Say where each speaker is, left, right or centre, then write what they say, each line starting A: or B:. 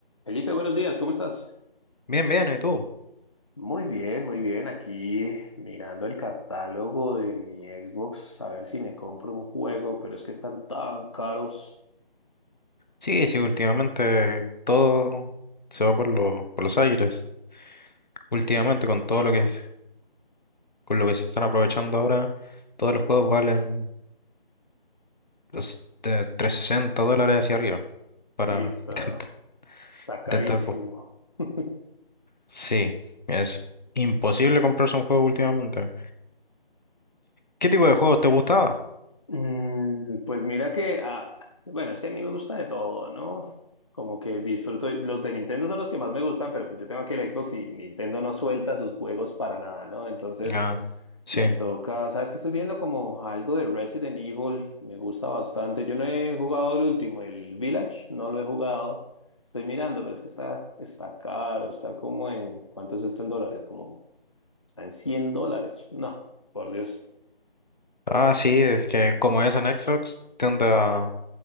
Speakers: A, on the left; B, on the left.
A: Felipe, buenos días, ¿cómo estás?
B: Bien, bien, ¿y tú?
A: Muy bien, muy bien. Aquí mirando el catálogo de mi Xbox, a ver si me compro un juego, pero es que están tan caros
B: Sí, sí, últimamente todo se va por lo- por los aires. Últimamente con todo lo que se- con lo que se están aprovechando ahora, todos los juegos valen los de 360 dólares hacia arriba para
A: y está,
B: <laughs> intent-
A: está carísimo.
B: intentar, pues.
A: <laughs>
B: Sí, es imposible comprarse un juego últimamente. ¿Qué tipo de juegos te gustaba?
A: Mm, pues mira que, ah, bueno, es que a mí me gusta de todo, ¿no? Como que disfruto, los de Nintendo son los que más me gustan, pero pues yo tengo aquí el Xbox y Nintendo no suelta sus juegos para nada, ¿no? Entonces
B: Ah, sí.
A: me toca, ¿sabes qué estoy viendo? Como algo de Resident Evil, me gusta bastante. Yo no he jugado el último, el Village, no lo he jugado. Estoy mirando, pero es que está, está caro, está como en, ¿cuánto es esto en dólares? Como, está en 100 dólares. No, por Dios.
B: Ah, sí, es que como es en Xbox, tiende a,